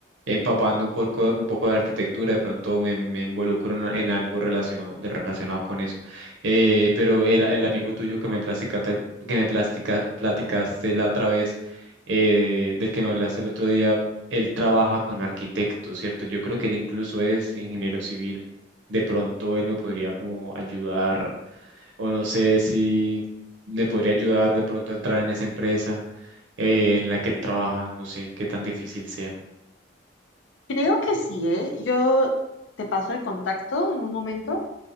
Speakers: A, on the right; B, on the left.
A: empapando un poco, un poco de arquitectura, de pronto me, me involucro en, en algo relacionado, de- relacionado con eso. Eh, pero el, el amigo tuyo que me platicaste, que me plastica- platicaste la otra vez, eh, del que me hablaste el otro día, él trabaja con arquitectos, ¿cierto? Yo creo que él incluso es ingeniero civil. De pronto él me podría como ayudar, o no sé si le podría ayudar de pronto a entrar en esa empresa, eh, en la que él trabaja, no sé qué tan difícil sea.
B: Creo que sí, ¿eh? Yo te paso el contacto en un momento